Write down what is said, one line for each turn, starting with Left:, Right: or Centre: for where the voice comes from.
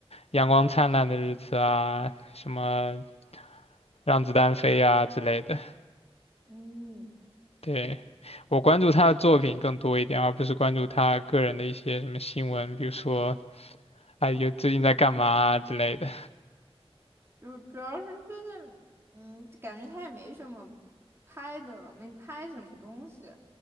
Left: 《阳光灿烂的日子》啊，什么《让子弹飞》呀之类的。
Right: 嗯，
Left: 对，我关注他的作品更多一点，而不是关注他个人的一些什么新闻，比如说，哎，有最近在干嘛啊之类的。
Right: 就主要是最近，嗯，感觉他也没什么拍的了，没拍什么东西。